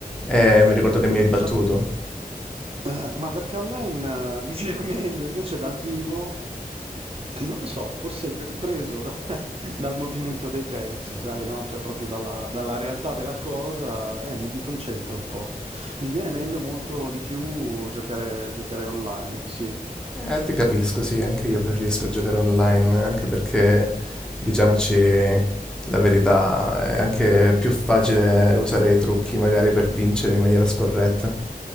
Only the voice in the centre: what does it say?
Eh, mi ricordo che mi
hai battuto.
Eh, ti capisco, sì, anche io preferisco giocare online, anche perché, diciamoci la verità, è anche più facile usare i trucchi magari per vincere in maniera scorretta.